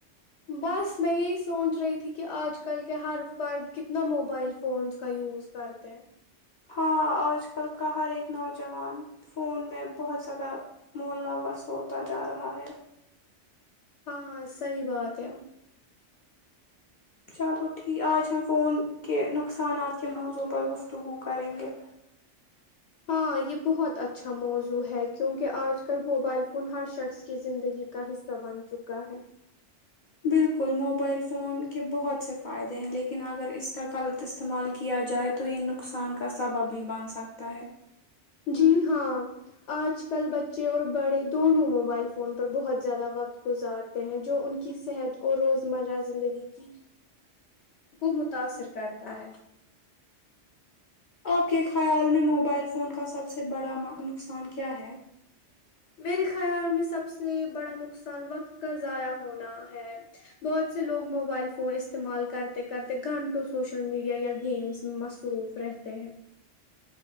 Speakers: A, on the left; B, on the left.
A: بس میں یہی سوچ رہی تھی کہ آج کل کے ہر فرد کتنا موبائل فونس کا یوز کرتے ہیں
B: ہاں آج کل کا ہر ایک نوجوان فون میں بہت زیادہ ملاوث ہوتا جا رہا ہے
A: ہاں صحی بات ہے
B: چلو ٹھیک آج ہم فون کے نقصانات کے موضوع پر گفتگو کریں گے
A: ہاں یہ بہت اچھا موضوع ہے کیونکہ آج کل موبائل فون ہر شخص کی زندگی کا حصہ بن چکا ہے
B: بالکل موبائل فون کے بہت سے فائدے ہیں لیکن اگر اس کا غلط استعمال کیا جائے تو یہ نقصان کا سبب بھی بن سکتا ہے
A: جی ہاں آج کل بچے اور بڑے دونوں موبائل فون پر بہت زیادہ وقت گزارتے ہیں جو ان کی صحت اور روز مرہ زندگی کی کو متاثر کرتا ہے
B: آپ کے خیال میں موبائل فون کا سب سے بڑا نقصان کیا ہے
A: میرے خیال میں سب سے بڑا نقصان وقت کا ضائع ہونا ہے بہت سے لوگ موبائل فون استعمال کرتے کرتے گھنٹوں سوشل میڈیا یا گیمس میں مصروف رہتے ہیں